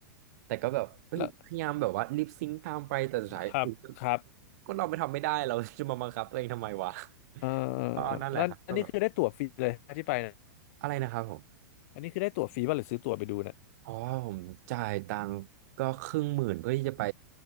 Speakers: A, on the right; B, on the left.
A: แต่ก็แบบเฮ้ยพยายามแบบว่าลิปซิงค์ตามไปแต่สุดท้ายอุ๊ย
B: แล้วครับครับ
A: ก็เราไม่ทำไม่ได้เราจะมาบังคับตัวเองทำไมวะ
B: เออ
A: ก็นั่นแหละครับก็แบบ
B: แล้วอันนี้คือได้ตั๋วฟรีเลยที่ไปนะ
A: อะไรนะครับผม
B: อันนี้คือได้ตั๋วฟรีป่ะหรือซื้อตั๋วไปดูเนี่ย
A: อ๋อผมจ่ายตังค์ก็ครึ่งหมื่นเพื่อที่จะไป